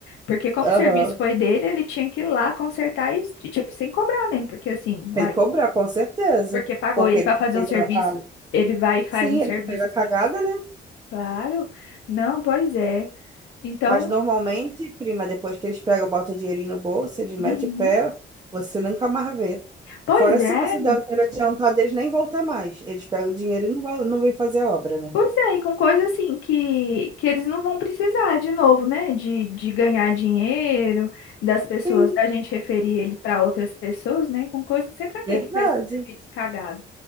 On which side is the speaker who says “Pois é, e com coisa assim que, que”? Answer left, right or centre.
Left